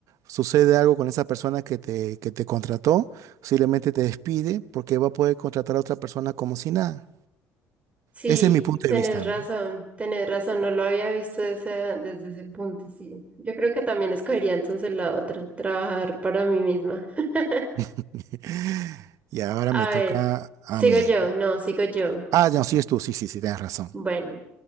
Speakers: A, on the right; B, on the right.
A: sucede algo con esa persona que te, que te contrató, simplemente te despide porque va a poder contratar a otra persona como si nada.
B: sí,
A: Ese es mi punto
B: tenés
A: de vista,
B: razón,
A: ¿no?
B: tenés razón, no lo había visto desde, desde ese punto, sí. Yo creo que también escogería entonces la otra, trabajar para mí misma. <laughs>
A: <laughs> Y ahora
B: A
A: me toca
B: ver,
A: a
B: sigo
A: mí.
B: yo, no, sigo yo.
A: Ah, no, sí es tú, sí, sí, sí, tienes razón.
B: Bueno.